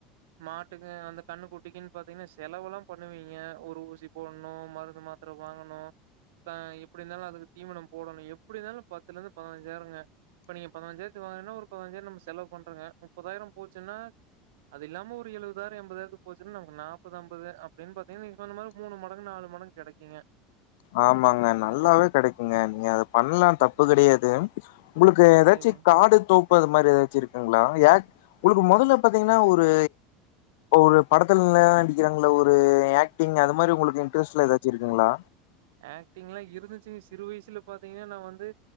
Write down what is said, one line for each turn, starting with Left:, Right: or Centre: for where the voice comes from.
Right: மாட் ட்டுங்க அந்த கண்ணு குட்டிக்குன் பாத்தீங்னா செலவுலா பண்ணுவீங்க ஒரு ஊசி போட்ணூ மருந்து மாத்திர வாங்கணும் அஹ் எப்டி இருந்தாலும் அதுக்கு தீவனம் போடணு எப்டி இருந்தாலும் பத்துலருந்து பதினஞ்சாயிரங்க இப்ப நீங்க பதனஞ்சாயிரத்துக்கு வாங்கன்னா ஒரு பதனஞ்சாயிரோ நம்ம செலவு பண்றோங்க முப்பதாயிரோ போச்சுன்னா அது இல்லாம ஒரு எழுபதுதாயிரோ எண்பதாயிரத்துக்கு போச்சுன்னா நமக்கு நாப்பது அம்பது அப்டின்னு பாத்தீங்கனா நீங்க சொன்ன மாரி மூணு மடங்கு நாலு மடங்கு கெடைக்கூங்க
Left: ஆமாங்க நல்லாவே கெடைக்கூங்க நீங்க அத பணலா தப்பு கெடையாது உங்கள்க்கு ஏதாச்சு
Right: சரிங்க.
Left: காடு தோப் இப்ப அது மாரி எதாச்சு இருக்குங்களா ஏ உங்கள்க்கு மொதல்ல பாத்தீங்னா ஒரு ஒரு படத்துல நடிக்கிறாங்கள ஒரு ஆக்டிங் அது மாரி உங்களுக்கு இன்ட்ரெஸ்ட்லா எதாச்சுருக்குங்களா
Right: ஆக்டிங்லா இருந்துச்சுங்க சிறு வயசுல பாத்தீங்னா நா வந்து